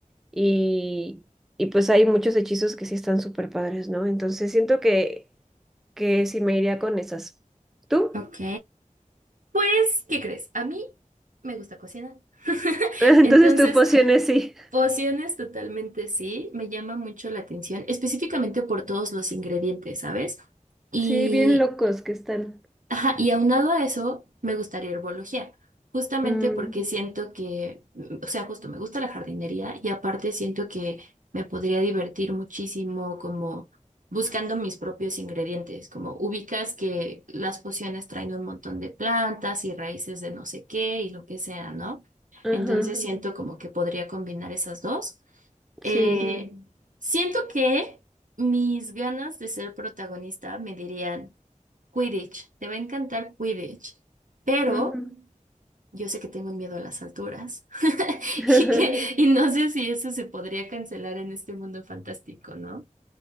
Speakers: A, in the centre; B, on the right.
A: y, y pues hay muchos hechizos que sí están súper padres, ¿no? Entonces siento que, que sí me iría con esas. ¿Tú?
B: Ok. Pues, ¿qué crees? A mí me gusta cocinar. <laughs>
A: <laughs> Entonces
B: Entonces,
A: tu poción es sí.
B: pociones totalmente sí, me llama mucho la atención, específicamente por todos los ingredientes, ¿sabes? Y
A: Sí, bien locos que están.
B: Ajá, y aunado a eso, me gustaría herbología, justamente
A: Mm,
B: porque siento que, mm, o sea, justo me gusta la jardinería y aparte siento que me podría divertir muchísimo como buscando mis propios ingredientes, como ubicas que las pociones traen un montón de plantas y raíces de no sé qué y lo que sea, ¿no?
A: ajá,
B: Entonces siento como que podría combinar esas dos. Eh,
A: sí.
B: siento que mis ganas de ser protagonista me dirían... Quidditch, te va a encantar Quidditch, pero
A: ujú,
B: yo sé que tengo miedo a las alturas <laughs>
A: <laughs>
B: y que y no sé si eso se podría cancelar en este mundo fantástico, ¿no?